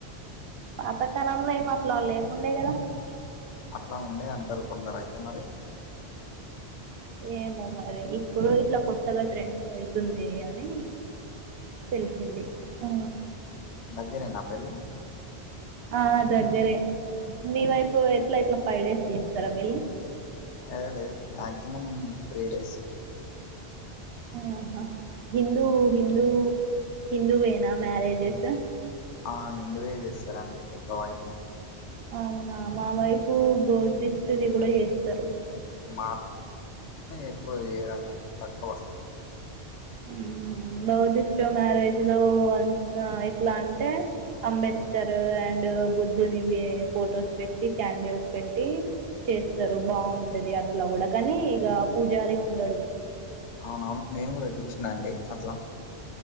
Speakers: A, on the right; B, on the left.
A: పాతకాలంలో ఏం అట్ల లేకుండే కదా
B: అట్ల ఉండే అంటారు కొందరు అయితే మరి
A: ఏమో మరి ఇప్పుడు ఇట్ల కొత్తగా ట్రెండ్ అయితుంది అని తెలిసింది ఆ
B: దెగ్గరే న పెళ్లి
A: ఆ దగ్గరే మీ వైపు ఎట్ల ఎట్ల ఫైవ్ డేస్ చేస్తారా పెళ్ళి
B: అ లేదు మాక్సిమం త్రీ డేస్
A: ఆహా హిందూ
B: ఉమ్,
A: హిందూ హిందూవేన మ్యారేజస్
B: ఆ హిందూవే చేస్తారండి ఎక్కువ అయితే
A: అవునా మా వైపు <unintelligible>
B: <unintelligible> ఎక్కువ చేయరా అన్నట్టు తక్కవ
A: ఉమ్ <unintelligible> మ్యారేజ్ లో అంత ఎట్ల అంటే అంబేద్కర్
B: ఉమ్.
A: అండ్ బుద్ధునివి ఫొటోస్ పెట్టి కాండిల్స్ పెట్టి చేస్తరు బావుంటది అట్లా కూడ కానీ ఇగ పూజారి ఉండరు
B: అవున నేను కూడ చూసిన అండి అట్లా